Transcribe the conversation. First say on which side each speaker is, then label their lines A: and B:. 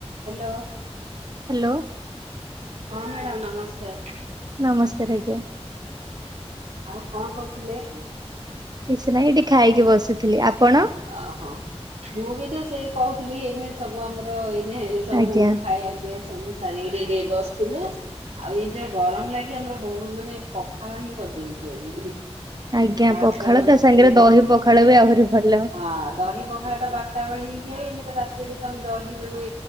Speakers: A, on the right (about 80°); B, on the right (about 35°).
A: Hello.
B: Hello.
A: ହଁ madam ନମସ୍କାର।
B: ନମସ୍କାର ଆଜ୍ଞା।
A: ଆଉ କଣ କରୁଥିଲେ?
B: କିଛି ନାହିଁ ଏଠି ଖାଇକି ବସିଥିଲି। ଆପଣ?
A: ଓହୋ ମୁଁ ବି ତ ସେଇ କହୁଥିଲି ଏଇନେ ସବୁ ଆମର ଏଇନେ ସବୁ
B: ଆଜ୍ଞା
A: ଖାଇବା ସବୁ ସାରିକିରି ଟିକେ ବସିଥିଲୁ। ଆଉ ଏଇ ଯୋଉ ଗରମ ଲାଗି ଆମର ବହୁତ ମାନେ ପଖାଳ ହିଁ କରିଦେଇଛୁ ଆଜି।
B: ଆଜ୍ଞା
A: ଭାତ
B: ପଖାଳ
A: ରୋଷେଇ
B: ତାସାଙ୍ଗରେ
A: କରି
B: ଦହି ପଖାଳ ବି ଆହୁରି ଭଲ।
A: ହଁ ଦହି ପଖାଳଟା ବାରଟା ବେଳେ ହେଇକି ଏଇନେ ତ ରାତିରେ ତ ଆମେ ଦହି ମାନେ